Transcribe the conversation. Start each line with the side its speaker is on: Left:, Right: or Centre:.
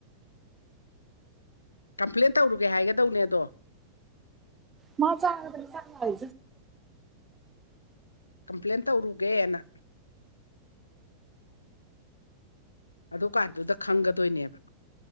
Left: ꯀꯝꯄ꯭ꯂꯦꯟ ꯇꯧꯔꯨꯒꯦ ꯍꯥꯏꯒꯗꯧꯅꯦ ꯑꯗꯣ
Right: ꯃꯥ ꯆꯥꯡ ꯇ ꯆ ꯍꯥꯏ
Left: ꯀꯝꯄ꯭ꯂꯦꯟ ꯇꯧꯔꯨꯒꯦꯅ ꯑꯗꯨꯀꯥꯟꯗꯨꯗ ꯈꯪꯒꯗꯣꯏꯅꯦꯕ